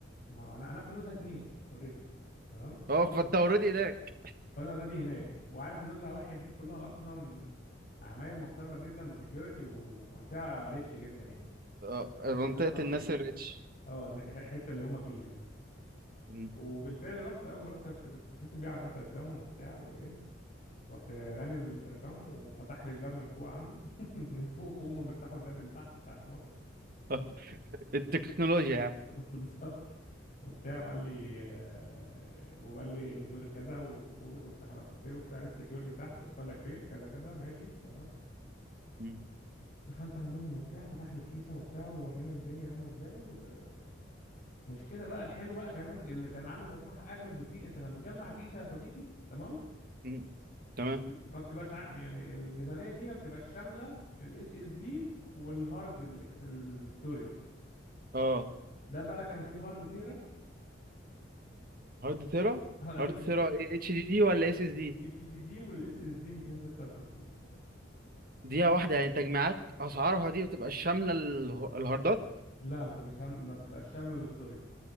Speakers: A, on the left (about 40°); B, on the right (about 50°).
A: ما انا انا في نزهه اتنين اوريدي تمام
B: اه فانت اوريدي هناك
A: فانا اوريدي هناك وعارف النزهه واحد دي كلها اصلا عماير محترمه جدا بسكيورتي ومنطقه ريتش جدا يعني
B: اه منطقه
A: الحته اللي هم
B: الناس
A: فيها دي
B: الريتش
A: اه النح- الحته اللي هم فيها دي
B: مم.
A: وبالفعل رحت اول ما رحت رحت بتصل بيه على الانتركام وبتاع وايه رحت رن الانتركام وفتح لي الباب من فوق عنده <laughs> من فوق هما بيفتحوا الباب اللي تحت بتاع العمارة
B: <laughs> التكنولوجيا يا عم
A: <laughs> بالظبط وبتاع وقال لي آه، وقال لي الدور كذا و- و- وافتح الاسانسير وبتاع السكيورتي تحت وطلع فين كذا كذا ماشي تمام
B: مم.
A: دخلت عندهم وبتاع فتح لي الكيسه وبتاع ووراني الدنيا عامله ازاي ومش كده بقى الحلو بقى كمان اللي كان عامل مصلحه اجمد بكتير انت لما بتجمع كيسه يا صديقي تمام
B: مم. تمام
A: ما بتبقاش ع- يعني الميزانيه دي ما بتبقاش شامله الاس اس دي والهارد الاستورج
B: اه
A: ده بقى كان فيه هارد تيرا
B: هارد ثيرا
A: <laughs> اه دي
B: هارد
A: كان
B: ثيرا
A: فيها
B: ايه اتش دي دي ولا اس اس دي
A: اتش دي دي والاس اس دي 256
B: دقيقة واحدة يعني تجميعات أسعارها دي بتبقى شاملة اله- الهاردات
A: لا ما بتبقاش هم... ما بتبقاش شامله الاستورج